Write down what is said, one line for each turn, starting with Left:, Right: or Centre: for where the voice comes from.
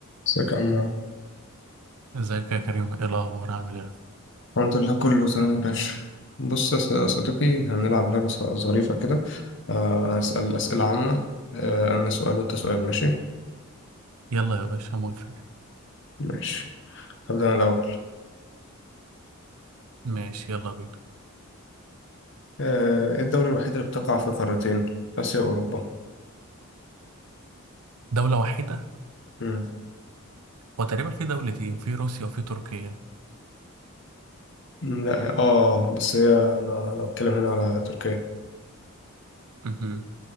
Left: ازيك يا عم
Right: ازيك يا كريم ايه الاخبار عامل ايه
Left: الحمد لله كله تمام يا باشا بص يا ص- يا صديقي هنلعب لعبة ص- ظريفة كده آه، هنسأل أسئلة عامة آه، أنا سؤال وأنت سؤال ماشي
Right: يلا يا باشا موافق
Left: ماشي هبدأ أنا الأول
Right: ماشي يلا بينا
Left: آه، إيه الدولة الوحيدة اللي بتقع في قارتين آسيا وأوروبا
Right: دولة واحدة
Left: مم.
Right: هو تقريبا في دولتين في روسيا وفي تركيا
Left: لا آه بس هي أنا لو أتكلم هنا على تركيا
Right: امم